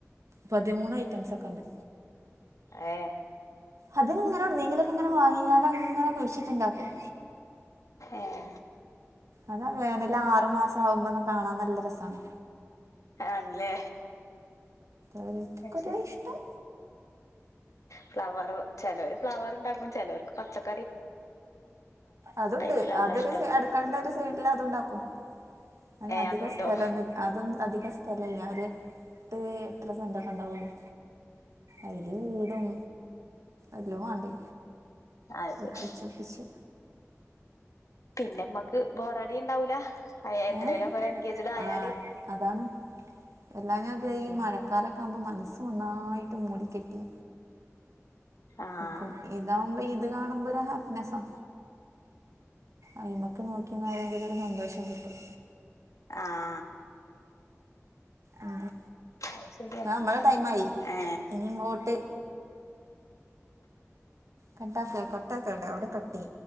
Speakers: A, on the right; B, on the left.
A: പതിമൂന്ന് ഐറ്റംസ് ഒക്കെ ഇണ്ട്
B: ഏഹ്
A: അത് ഇങ്ങനെ എവുട്ന്നെങ്കിലൊക്കെ ഇങ്ങനെ വാങ്ങിയാണ്ട് ങ്ങനെ കുഴിച്ചിട്ടുണ്ടാക്കും
B: ഏഹ്
A: അതാ വേനല് ആറു മാസം ആവുമ്പോ കാണാൻ നല്ല രസാണ്
B: ആണ്ല്ലേ
A: ഒരോർത്തർക്ക് ഓരോ
B: ശരി
A: ഇഷ്ടം
B: ഫ്ലവർ ചെലോര് ഫ്ലവറ്ണ്ടാകും ചെലോർക്ക് പച്ചക്ക
A: അതുണ്ട്.
B: ടൈപ്പിലാണല്ലോ
A: അതൊരു
B: ഇഷ്ടം
A: അടുക്കളന്റെ ഒരു സൈഡില് അതുണ്ടാക്കും. അ
B: ഏ
A: അധിക
B: അതുണ്ടോ
A: സ്ഥലൊന്ന് അതൊന്ന അധിക സ്ഥല ഇല്ല അവര് എട്ട് എട്ടര സെന്റൊക്കെ ഉണ്ടാവുള്ളൂ അയില് വീടും എല്ല വ്വാണ്ടേ
B: അത്
A: ഒപ്പിച്ച
B: ശരി
A: ഒപ്പിച്ച്.
B: പിന്നെമ്മക്ക് ബോറടിണ്ടാവുല്ല എന്ത്ലേലക്കെ
A: ഏ
B: എൻഗേജഡ് ആയാല്
A: ആ അതാണ് എല്ലാ ഞ അത് ഈ
B: ഉം
A: മഴക്കാലൊക്കെ ആവുമ്പോ മനസ്സ് ഒന്നായിട്ട് മൂടിക്കെട്ടി
B: ആഹ്
A: ക്കും ഇതാവുമ്പോ ഇത് കാണുമ്പോ ഒരു ഹാപ്പിനെസാ അയ്മക്ക് നോക്കിന്നരെങ്കിലൊരു സന്തോഷം കിട്ടും
B: ആഹ്
A: ആഹ്
B: അത് ശരിയാണ്
A: നമ്മള ടൈമായി
B: ഏ
A: ഇനിങ്ങോട്ട് കട്ടാക്ക കട്ടാക്കണ്ടാ അവിടെ കട്ടി